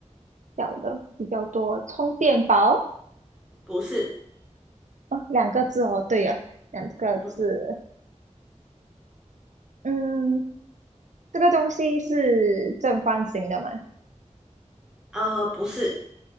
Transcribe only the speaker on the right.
小的比较多，充电宝。
哦，两个字哦，对了，两个字。
嗯，这个东西是正方形的吗？